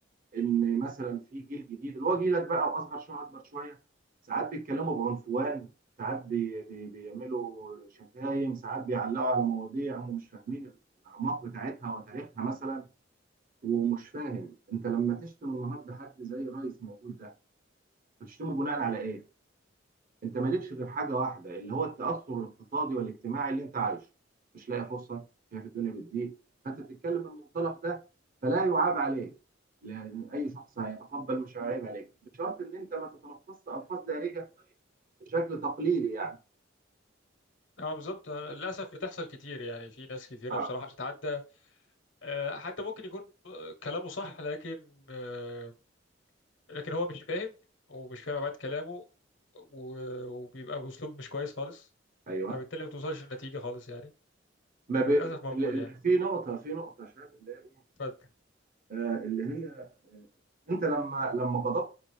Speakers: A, on the right; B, on the left.
A: ان مثلا في جيل جديد اللي هو جيلك بقى واصغر شويه اكبر شويه ساعات بيتكلموا بعنفوان ساعات بي بي بيعملوا شتايم ساعات بيعلقوا على مواضيع هم مش فاهمين الاعماق بتاعتها وتاريخها مثلا ومش فاهم انت لما تشتم النهارده حد زي رئيس موجود ده بتشتمه بناء على ايه؟ انت مالكش غير حاجه واحده اللي هو التاثر الاقتصادي والاجتماعي اللي انت عايشه مش لاقي فرصه شايف الدنيا بتضيق فانت تتكلم من المنطلق ده فلا يعاب عليك لان اي شخص هيتقبل مش هيعيب عليك بشرط ان انت ما تتلفظش الفاظ دارجه بشكل تقليدي يعني
B: اه بالظبط آه، للاسف بتحصل كتير يعني في ناس كتيره
A: آه.
B: بصراحه بتتعدى آه، حتى ممكن يكون آه، كلامه صح لكن آه، لكن هو مش فاهم ومش فاهم بعد كلامه و... وبيبقى بأسلوب مش كويس خالص
A: ايوه
B: فبالتالي ما توصلش لنتيجة خالص يعني
A: ما
B: للأسف
A: ب... ال-
B: موجود يعني
A: ال- في نقطه في نقطه شايف اللي هي ايه
B: اتفضل
A: آه، اللي هي آه، انت لما لما غضبت